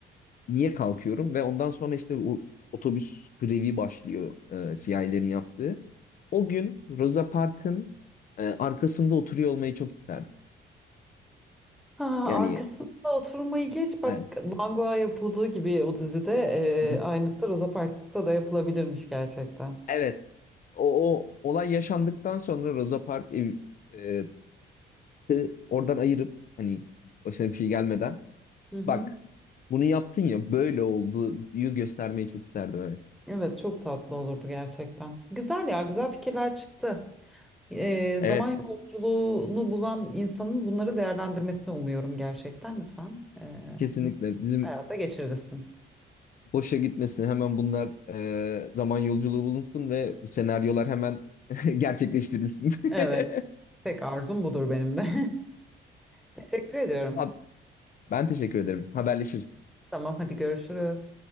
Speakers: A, on the left (about 45°); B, in the centre.
A: niye kalkıyorum? Ve ondan sonra işte o otobüs grevi başlıyor e, siyahilerin yaptığı. O gün Rosa Parks'ın e, arkasında oturuyor olmayı çok isterdim.
B: Ha
A: Yani
B: arkasında oturmayı geç bak
A: evet.
B: Van Gogh'a yapıldığı gibi o dizide
A: Hı hı.
B: e, aynısı Rosa Parks'ta da yapılabilirmiş gerçekten.
A: Evet. O, o olay yaşandıktan sonra Rosa Parks ev- e, e, oradan ayırıp hani başına bir şey gelmeden
B: Hı hı.
A: bak bunu yaptın ya böyle oldu diye göstermeyi çok isterdim evet.
B: Evet çok tatlı olurdu gerçekten. Güzel ya güzel fikirler çıktı. E, zaman
A: Evet
B: yolculuğunu bulan insanın bunları değerlendirmesini umuyorum gerçekten lütfen. E,
A: kesinlikle
B: bunları
A: bizim
B: hayata geçirirsin.
A: boşa gitmesin hemen bunlar e, zaman yolculuğu bulunsun ve bu senaryolar hemen <laughs> gerçekleştirilsin. <laughs>
B: Evet tek arzum budur benim de. <laughs> Teşekkür ediyorum.
A: Abi, Ben teşekkür ederim. Haberleşiriz.
B: Tamam hadi görüşürüz.